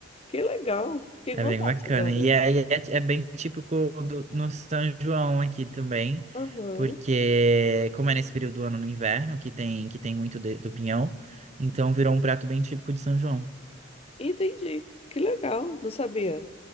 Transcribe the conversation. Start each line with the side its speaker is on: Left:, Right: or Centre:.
Left: Que legal. Fiquei
Right: é
Left: com vontade
Right: bem bacana.
Left: agora.
Right: E é, é, é bem típico do, no São João aqui também,
Left: Aham.
Right: porque como é nesse período do ano no inverno, que tem, que tem muito de- do pinhão, então virou um prato bem típico de São João.
Left: Entendi. Que legal. Não sabia.